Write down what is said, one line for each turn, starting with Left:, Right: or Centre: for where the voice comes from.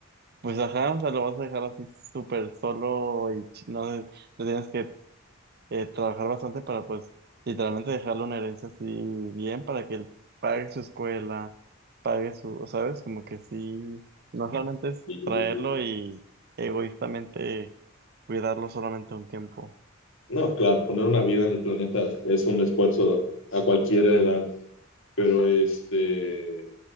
Right: pues ajá, o sea, lo vas a dejar así súper solo y ch- no sé, te tienes que eh, trabajar bastante para pues literalmente dejarle una herencia así bien para que él pague su escuela, pague su, o ¿sabes? Como que sí, no solamente es
Left: mm,
Right: traerlo y egoístamente cuidarlo solamente un tiempo,
Left: no, claro, poner una vida en el planeta es un esfuerzo a cualquier edad, pero este,